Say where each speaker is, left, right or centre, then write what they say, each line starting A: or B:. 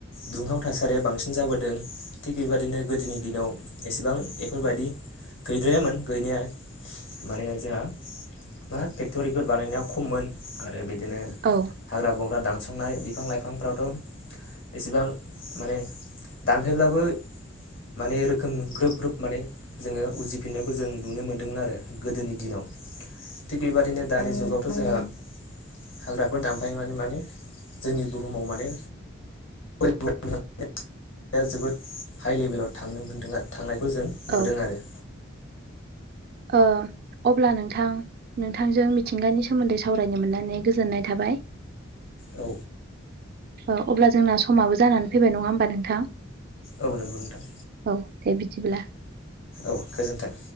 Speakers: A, on the left; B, on the right.
A: दुंहाव थासारिया बांसिन जाबोदों। थिग बेबायादिनो गोदोनि दिनाव एसेबां बेफोरबायदि गैद्रायामोन। गैनाया माने जोंहा। मा फेक्ट'रिफोर बानायनाया खममोन आरो बिदिनो।
B: औ
A: हाग्रा बंग्रा दानस्रांनाय बिफां लाइफांफ्राथ' एसेबां माने दानफायब्लाबो। माने रोखोम ग्रोब ग्रोब माने जोङो उजिफिननाय खौ जों नुनो मोन्दोंमोन आरो गोदोनि दिनाव थिग बेबाददिनो दानि जुगावथ' जोङा हाग्राफोर दानफायनानै माने जोंनि बुहुमाव माने दा जोबोद हाइ लेभेलाव थांनो मोनदों थांनायखौ जों
B: औ
A: नुदों आरो
B: ओ अब्ला नोंथां नोंथांजों मिथिंगानि सोमोन्दै सावरायनो मोननानै गोजोननाय थाबाय।
A: औ
B: ओ अब्ला जोंना समाबो जानानै फैबाय नङा होमबा नोंथां।
A: औ नंगौ नोंथां।
B: औ दे बिदिब्ला।
A: औ गोजोन्थों।